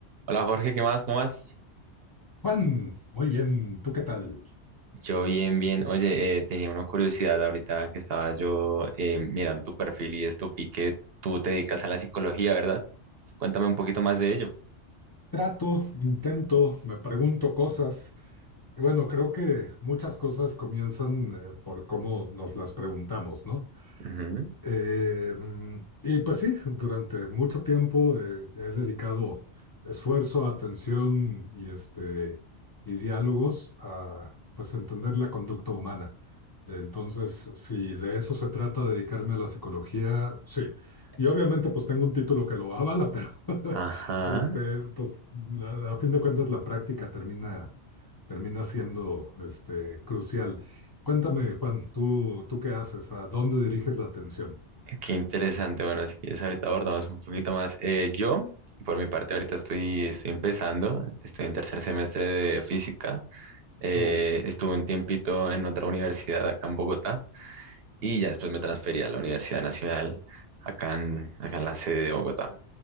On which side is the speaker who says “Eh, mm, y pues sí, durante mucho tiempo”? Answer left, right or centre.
Left